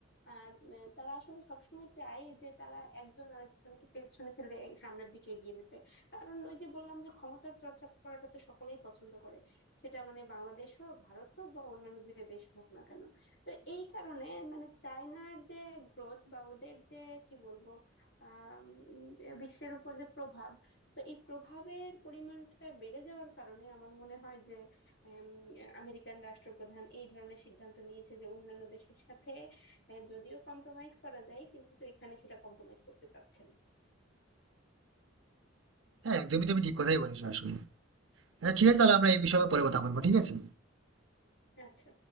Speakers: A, on the left; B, on the right.
A: আর উম, তারা আসলে সবসময় চায় যে তারা একজন আরেকজনকে পেছনে ফেলে এই সামনের দিকে এগিয়ে যেতে কারণ ওই যে বললাম যে ক্ষমতার চর্চা করাটা তো সকলেই পছন্দ করে সেটা মানে বাংলাদেশ হোক ভারত হোক বা অন্যান্য যে দেশ হোক না কেন তো এই কারণে মানে চায়নার যে গ্রোথ বা ওদের যে কি বলবো আহ বিশ্বের উপর যে প্রভাব তো এই প্রভাবের পরিমাণটা বেড়ে যাওয়ার কারণে আমার মনে হয় যে উম, আমেরিকান রাষ্ট্রপ্রধান এই ধরনের সিদ্ধান্ত নিয়েছে যে অন্যান্য দেশের সাথে আহ, যদিও কম্প্রোমাইজ করা যায় কিন্তু এখানে সেটা কম্প্রোমাইজ করতে চাচ্ছেন
B: হ্যাঁ একদমই তুমি ঠিক কথাই বলেছো আসলে আচ্ছা ঠিক আছে তাহলে আমরা এই বিষয়ে পরে কথা বলবো ঠিক আছে
A: আচ্ছা